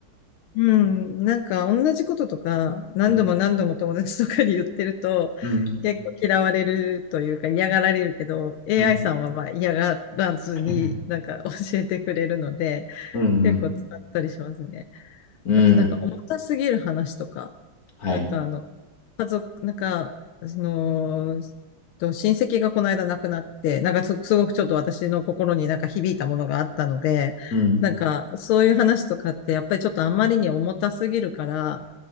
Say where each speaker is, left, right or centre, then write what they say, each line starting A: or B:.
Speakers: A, on the left (about 85°); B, on the left (about 50°).
A: うん、なんか同じこととか何度も何度も友達とかに言ってると結構嫌われるというか嫌がられるけど
B: うんうん
A: AI
B: うん
A: さんはまあ嫌がらずになんか
B: <laughs>
A: <laughs> 教えてくれるので
B: うん、うん、
A: 結構使ったりしますね。
B: うん、
A: あとなんか重たすぎる話とか
B: はい。
A: なんかあの家族、なんか、その、と親戚がこの間亡くなって、なんかす、すごくちょっと私の心になんか響いたものがあったので、
B: うん、
A: なんか、そういう話とかって、やっぱりちょっとあんまりに重たすぎるから、